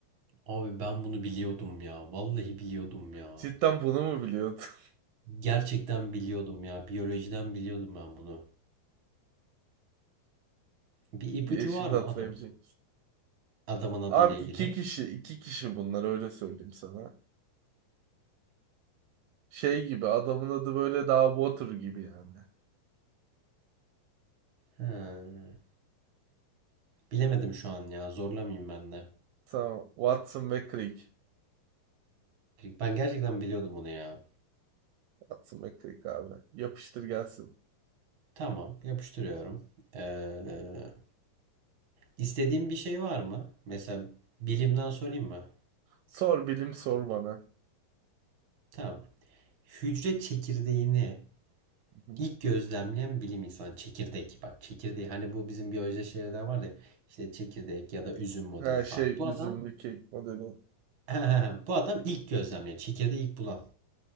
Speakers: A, on the right; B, on the right.
A: Abi ben bunu biliyordum ya. Vallahi biliyordum ya.
B: Cidden bunu mu biliyordun? <laughs>
A: Gerçekten biliyordum ya. Biyolojiden biliyordum ben bunu. Bir ipucu
B: Bir şimdi
A: var mı
B: hatırlayabilecek
A: adam
B: misin?
A: adamın adı
B: Abi
A: ile ilgili?
B: iki kişi, iki kişi bunlar öyle söyleyeyim sana. Şey gibi adamın adı böyle daha Water gibi yani.
A: He. Bilemedim şu an ya. Zorlamayayım ben de.
B: Tamam, Watson ve Crick.
A: Ben gerçekten biliyordum bunu ya.
B: Watson ve Crick abi. Yapıştır gelsin.
A: Tamam, yapıştırıyorum. Ee, istediğin bir şey var mı? Mesela bilimden sorayım mı?
B: Sor bilim sor bana.
A: Tamam. Hücre çekirdeğini
B: Hı.
A: ilk gözlemleyen bilim insanı çekirdek. Bak çekirdeği hani bu bizim biyoloji şeylerde var ya İşte çekirdek ya da üzüm modeli
B: Her
A: falan.
B: şey
A: Bu
B: üzümlü
A: adam
B: kek modeli.
A: <laughs> bu adam ilk gözlemleyen çekirdeği ilk bulan.